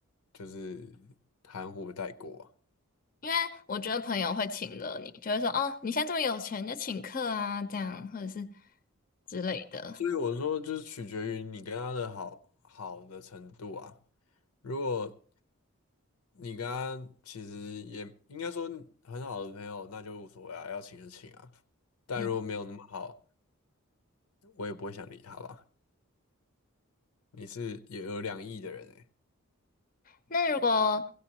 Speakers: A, on the left; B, on the left.
A: 就是含糊带过啊。
B: 因为我觉得朋友会请了你，就会说哦，你现在这么有钱，就请客啊，这样或者是之类的。
A: 所以我说，就是取决于你跟他的好好的程度啊。如果你跟他其实也应该说很好的朋友，那就无所谓啊，要请就请啊。但如果没有那么好，
B: 嗯。
A: 我也不会想理他吧。你是也有两亿的人诶，
B: 那如果，